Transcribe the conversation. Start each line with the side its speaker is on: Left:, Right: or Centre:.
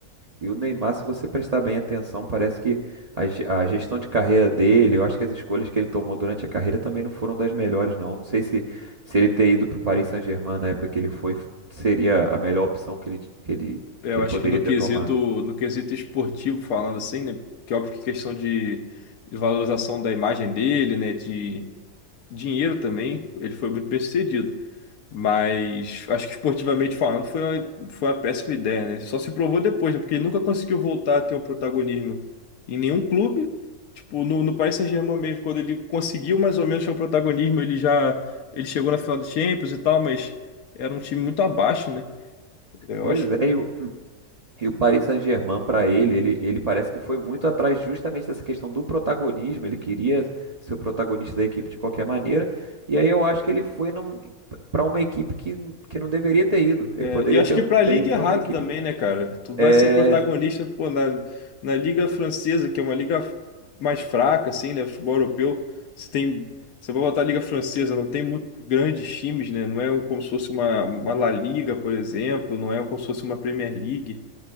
Right: E o Neymar, se você prestar bem atenção, parece que a, ge- a gestão de carreira dele, eu acho que as escolhas que ele tomou durante a carreira também não foram das melhores, não. Não sei se, se ele ter ido para o Paris Saint-Germain na época que ele foi, seria a melhor opção que ele, que ele,
Left: É,
Right: que
Left: eu
Right: ele
Left: acho
Right: poderia
Left: que no quesito,
Right: ter tomado.
Left: no quesito esportivo falando assim, né? Que é óbvio que questão de, de valorização da imagem dele, né? De dinheiro também, ele foi muito bem-sucedido. Mas acho que esportivamente falando foi uma, foi uma péssima ideia, né? Só se provou depois, né? Porque ele nunca conseguiu voltar a ter um protagonismo em nenhum clube. Tipo, no, no Paris Saint-Germain mesmo, quando ele conseguiu mais ou menos ter um protagonismo, ele já ele chegou na final do Champions e tal, mas era um time muito abaixo, né? Eu
Right: Pois
Left: acho
Right: é, e o- E o Paris Saint-Germain, para ele, ele, ele parece que foi muito atrás justamente dessa questão do protagonismo. Ele queria ser o protagonista da equipe de qualquer maneira. E aí eu acho que ele foi para uma equipe que, que não deveria ter ido. Ele
Left: É,
Right: poderia
Left: e acho
Right: ter,
Left: que pra liga
Right: ter ido
Left: é
Right: para
Left: errado
Right: uma equipe
Left: também, né, cara? Tu vai
Right: eh,
Left: ser protagonista, pô, na, na Liga Francesa, que é uma liga mais fraca, assim, né? Futebol europeu. Você tem, você vai botar a Liga Francesa, não tem muito grandes times, né? Não é um, como se fosse uma, uma La Liga, por exemplo, não é como se fosse uma Premier League,